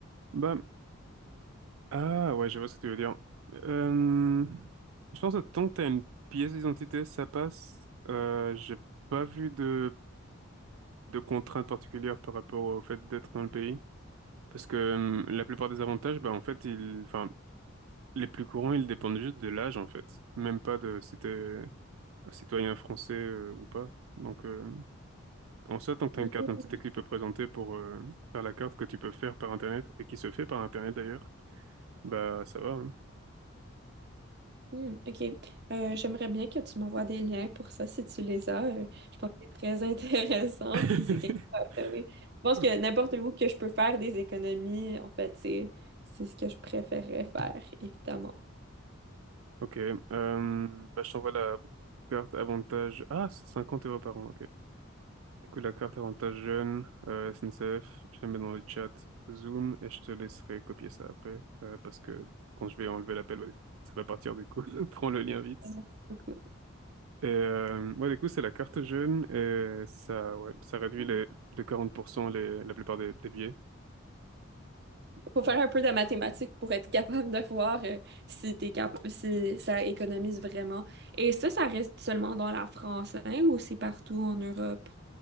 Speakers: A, on the right (about 75°); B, on the right (about 50°).
A: Bah ah ouais, je vois ce que tu veux dire. Euh, Je pense que tant que t'as une pièce d'identité, ça passe. Euh, j'ai pas vu de de contraintes particulières par rapport au fait d'être dans le pays, parce que euh, la plupart des avantages, bah en fait, ils, enfin, les plus courants, ils dépendent juste de l'âge en fait, même pas de si t'es un citoyen français euh, ou pas. Donc, euh, En soit, tant que tu
B: Mhm.
A: as une carte d'identité que tu peux présenter pour euh, faire la carte que tu peux faire par Internet et qui se fait par Internet d'ailleurs, bah ça va. hein.
B: Mhm. OK. Euh, j'aimerais bien que tu m'envoies des liens pour ça si tu les as. Euh, je pense que c'est très <laughs> intéressant,
A: <laughs>
B: puis c'est quelque chose à observer. Je pense
A: Ok,
B: que n'importe où que je peux faire des économies, en fait, c'est c'est ce que je préférerais faire, évidemment.
A: ok. Euh, bah, je t'envoie la carte avantage. Ah, c'est 50 euros par an, ok. Du coup, la carte avantage jeune, euh, SNCF, je la mets dans le chat Zoom et je te laisserai copier ça après euh, parce que quand je vais enlever l'appel, ouais, ça va partir du coup. <laughs> Prends le lien vite.
B: Merci beaucoup.
A: Et euh, ouais, du coup, c'est la carte jeune et ça, ouais, ça réduit
B: Mm.
A: les, de 40% les, la plupart des, des billets.
B: Faut faire un peu de mathématiques pour être <laughs> capable de voir euh, si t'es capable, si ça économise vraiment. Et ça, ça reste seulement dans la France, hein, ou c'est partout en Europe?